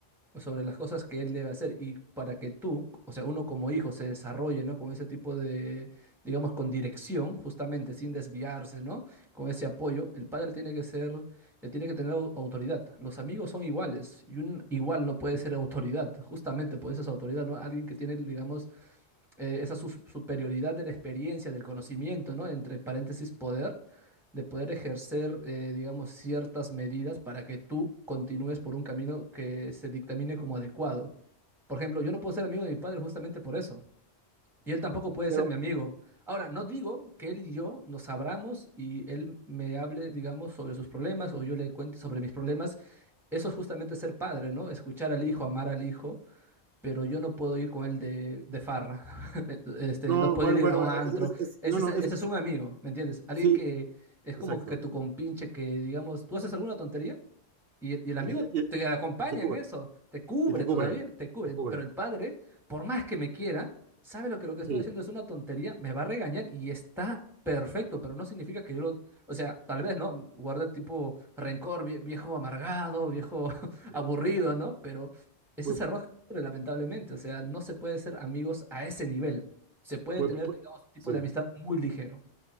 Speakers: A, in the centre; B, on the right (about 65°).
A: sobre las cosas que él debe hacer y para que tú, o sea, uno como hijo se desarrolle, ¿no? Con ese tipo de, digamos, con dirección, justamente, sin desviarse, ¿no? Con ese apoyo, el padre tiene que ser, eh, tiene que tener au- autoridad. Los amigos son iguales y un igual no puede ser autoridad, justamente por eso es autoridad, ¿no? Alguien que tiene, digamos, eh, esa su- superioridad de la experiencia, del conocimiento, ¿no? Entre paréntesis, poder, de poder ejercer, eh, digamos, ciertas medidas para que tú continúes por un camino que se dictamine como adecuado. Por ejemplo, yo no puedo ser amigo de mi padre justamente por eso. Y él tampoco puede
B: Pero,
A: ser mi amigo. Ahora, no digo que él y yo nos abramos y él me hable, digamos, sobre sus problemas o yo le cuente sobre mis problemas. Eso es justamente ser padre, ¿no? Escuchar al hijo, amar al hijo pero yo no puedo ir con él de, de farra, <laughs> este,
B: no,
A: no puedo
B: bueno,
A: ir
B: bueno,
A: a un
B: es-
A: antro.
B: es- es-
A: Ese
B: no, no,
A: es, ese
B: es, es-
A: es un amigo, ¿me entiendes? Alguien
B: sí,
A: que es
B: exacto.
A: como que tu compinche, que digamos, tú haces alguna tontería y, el- y el amigo
B: Y, te y-
A: te
B: y-
A: acompaña
B: y te cubre,
A: en eso, te cubre
B: y te cubre,
A: todavía, te cubre.
B: te cubre,
A: Pero el padre, por más que me quiera, sabe lo que lo que estoy
B: sí,
A: haciendo es una tontería, me va a regañar y está perfecto, pero no significa que yo lo... O sea, tal vez, ¿no? Guarde tipo rencor, vie- viejo amargado, viejo <laughs>
B: sí.
A: aburrido, ¿no? Pero... Ese
B: Pues,
A: Es error lamentablemente. O sea, no se puede ser amigos a ese nivel. Se puede
B: pues,
A: tener,
B: pues,
A: digamos, un tipo
B: sí.
A: de amistad muy ligero.